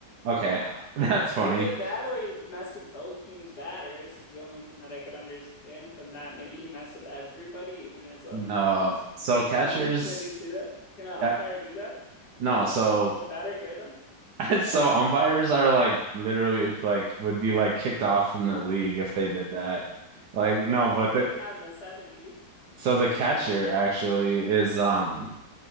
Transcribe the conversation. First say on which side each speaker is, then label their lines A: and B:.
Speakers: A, on the right; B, on the left.
A: okay. <laughs> That's funny.
B: Either that or he messed with both teams' batters is the only thing that I could understand from that. Maybe he messed with everybody, even his own
A: No.
B: friends.
A: So catchers,
B: Do you think <laughs> that he'd do that? Can an umpire
A: uh,
B: do that?
A: no, so
B: Can the batter hear them?
A: <laughs> so umpires are like literally like would be like kicked off from the league if they did that. Like no,
B: Yeah,
A: but
B: but maybe
A: the
B: not in the 70s.
A: so the catcher actually is um